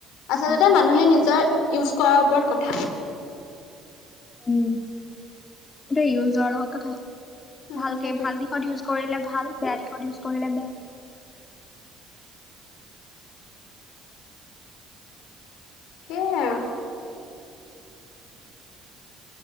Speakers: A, on the left (about 30°); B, on the left (about 80°).
A: উম
B: আচলতে মানুহে নিজৰ ইউজ কৰাৰ ওপৰত কথা
A: উম সেইটোৱে ইউজৰ লগত কথা
B: উম
A: ভালকে
B: সেইটোৱে
A: ভাল দিশত ইউজ কৰিলে ভাল বেয়া দিশত ইউজ কৰিলে বেয়া
B: সেইয়াই আৰু